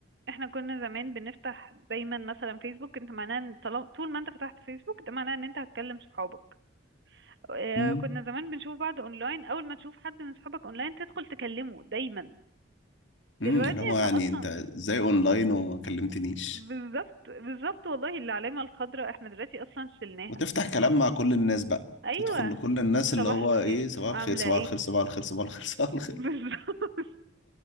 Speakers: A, on the right (about 55°); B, on the left (about 70°).
A: احنا كنا زمان بنفتح دايما مثلا فيسبوك انت معناه ان طالما طول ما انت فتحت فيسبوك ده معناه ان انت هتكلم صحابك اه
B: مم.
A: كنا زمان بنشوف بعض اونلاين اول ما تشوف حد من صحابك اونلاين تدخل تكلمه دايما
B: مم.
A: دلوقتي
B: اللي هو
A: احنا
B: يعني
A: اصلا
B: انت ازاي اونلاين وما كلمتنيش
A: بالظبط بالظبط والله العلامة الخضراء احنا دلوقتي اصلا شلناها
B: وتفتح كلام مع كل الناس بقى
A: ايوه
B: تدخل لكل الناس اللي
A: صباح
B: هو
A: الخير
B: ايه صباح
A: عاملة
B: الخير صباح
A: ايه
B: الخير صباح الخير صباح الخير <laughs> صباح الخير
A: <laughs> بالظبط